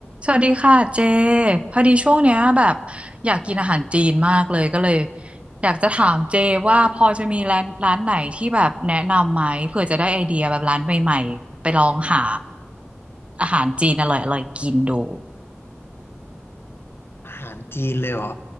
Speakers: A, on the right; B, on the left.
A: สวัสดีค่ะเจพอดีช่วงเนี้ยแบบอยากกินอาหารจีนมากเลยก็เลยอยากจะถามเจว่าพอจะมีร้านร้านไหนที่แบบแนะนำไหมเผื่อจะได้ไอเดียแบบร้านใหม่ๆไปลองหาอาหารจีนอร่อยๆกินดู
B: อาหารจีนเลยเหรอ